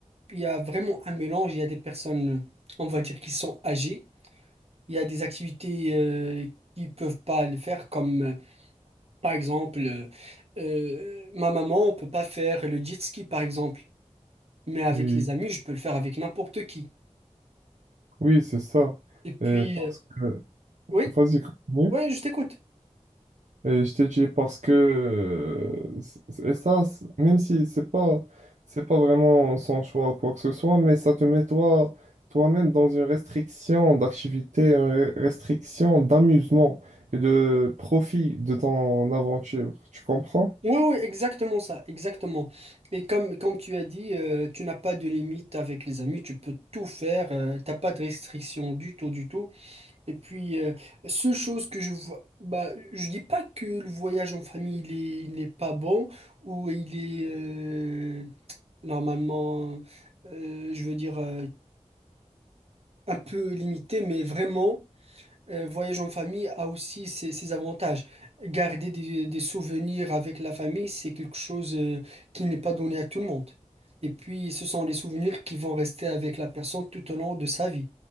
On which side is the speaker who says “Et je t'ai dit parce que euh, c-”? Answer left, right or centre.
Right